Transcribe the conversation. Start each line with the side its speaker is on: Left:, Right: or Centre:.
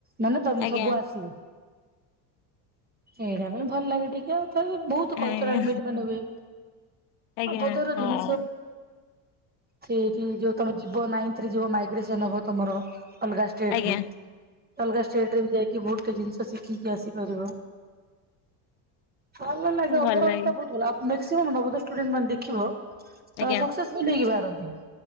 Right: ମାନ ତମେ
Left: ଆଜ୍ଞା।
Right: ସବୁ ଆସିବ ଏଇଟା ପାଇଁ ଭଲ ଲାଗେ ଟିକେ ଆଉ ତ ବହୁତ
Left: ଆଜ୍ଞା
Right: କଲଚରାଲ ମି ମାନେ ହୁଏ
Left: ଆଜ୍ଞା
Right: ଆବୋଧର
Left: ହଁ
Right: ଜିନ ସେଠି ଯୋଉ ତମ ଯିବ ନାଇନରେ ଯ ମାଇଗ୍ରେସନ ହବ ତମର ଅଲଗା ଷ୍ଟେଟ
Left: ଆଜ୍ଞା।
Right: କୁ ଅଲଗା ଷ୍ଟେଟ ରେ ବି ଯାଇକି ବହୁତ ଜିନିଷ ଶିଖିକି ଆସିପାରିବ, ଭଲ ଲାଗିବ
Left: ଭଲ
Right: ଓଭରାଲ
Left: ଲାଗେ
Right: ଟା ମାକ୍ସିମମ ନୋବଦୋୟ ଷ୍ଟୁଡେଣ୍ଟ ମାନେ ଦେଖିବ
Left: ଆଜ୍ଞା
Right: ସକ୍ସେସଫୁଲ ହେଇକି ବାହାରନ୍ତି।